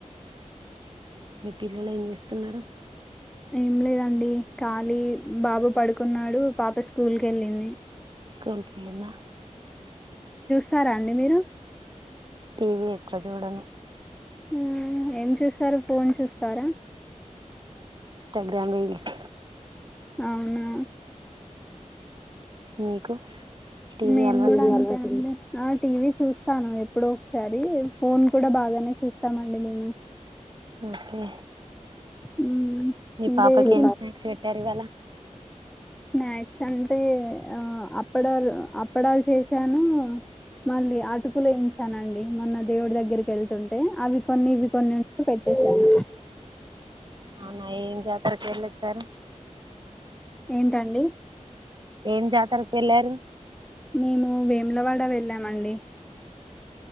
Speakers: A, on the right; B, in the centre.
A: మీ పిల్లలు ఏం చేస్తున్నారు
B: ఏం లేదండి ఖాళీ బాబు పడుకున్నాడు పాప స్కూల్ క వెళ్ళింది
A: స్కూల్కి వెళ్ళింద
B: సారా అండి మీరు
A: టీవీ ఎక్కువ చూడను
B: హ్మ్ ఏం చేస్తారు ఫోన్ చేస్తారా
A: ధ్య మిల్స్
B: అవునా
A: మీకు టీవీ
B: మేము
A: అలవాటు
B: కూడా
A: ఉంది
B: గంతే అండి ఆ టీవీ చూస్తాను ఎప్పుడో ఒకసారి ఫోన్ కూడా బాగానే చూస్తామండి మేము
A: ఓకే
B: ఉ
A: మీ
B: ఇంకా
A: పాపకి
B: ఏంటి
A: ఏం స్నాక్స్ పెట్టారు ఇవాళ
B: స్నాక్స్ అంటే ఆ అప్పడాలు అప్పడాలు చేసాను మళ్ళీ అటుకులు వేయించానండి మొన్న దేవుడి దగ్గరికి వెళ్తుంటే అవి కొన్ని ఇవి కొన్ని పె ఎయిస్
A: అవునా ఏం జాతరకి వెళొచ్చారు
B: ఏంటండి
A: ఏం జాతర కేళ్ళారు
B: మేము వేములవాడ వెళ్ళామండి